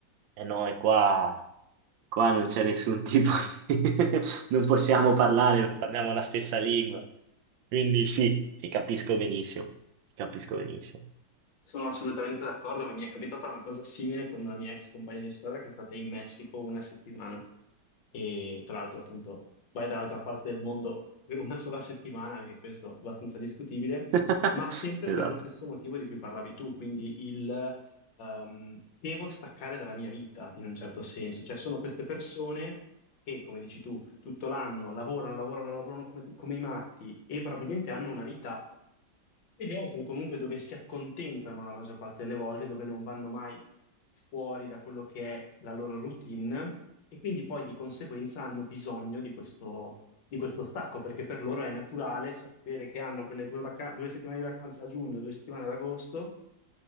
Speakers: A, on the right; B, on the left.
A: E noi qua, qua non c'è nessun tipo di... <laughs> non possiamo parlare, non parliamo la stessa lingua. Quindi sì, ti capisco benissimo, ti capisco benissimo.
B: Sono assolutamente d'accordo, ma mi è capitata una cosa simile con una mia ex compagna di squadra che è stata in Messico una settimana e tra l'altro appunto vai dall'altra parte del mondo per una sola settimana, anche questo abbastanza discutibile,
A: <laughs>
B: ma sempre
A: Esatto.
B: per lo stesso motivo di cui parlavi tu, quindi il ehm, devo staccare dalla mia vita in un certo senso, cioè sono queste persone che, come dici tu, tutto l'anno lavorano, lavorano, lavorano come come i matti e probabilmente hanno una vita mediocre comunque dove si accontentano la maggior parte delle volte, dove non vanno mai fuori da quello che è la loro routine e quindi poi di conseguenza hanno bisogno di questo, di questo stacco perché per loro è naturale sapere che hanno quelle due, vaca- due settimane di vacanza a giugno, due settimane ad agosto